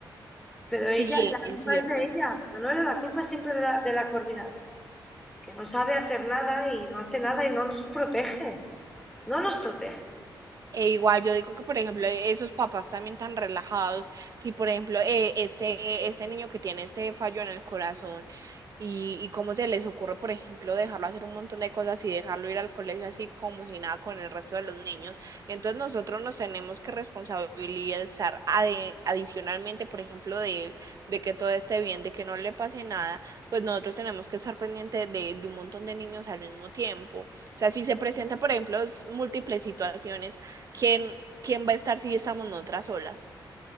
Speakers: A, in the centre; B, on the right.
A: pero
B: Sí,
A: ella, la
B: es
A: culpa
B: cierto.
A: es de ella. Manuela, la culpa es siempre de la, de la coordinadora, que no sabe hacer nada y no hace nada y no nos protege. No nos protege.
B: E igual yo digo que, por ejemplo, esos papás también tan relajados, si por ejemplo, eh, este, este niño que tiene este fallo en el corazón y, y cómo se les ocurre, por ejemplo, dejarlo hacer un montón de cosas y dejarlo ir al colegio así como si nada con el resto de los niños. Entonces nosotros nos tenemos que responsabilizar ade- adicionalmente, por ejemplo, de él, de que todo esté bien, de que no le pase nada, pues nosotros tenemos que estar pendientes de, de un montón de niños al mismo tiempo. O sea, si se presenta, por ejemplo, s- múltiples situaciones ¿Quién, quién va a estar si estamos nosotras solas?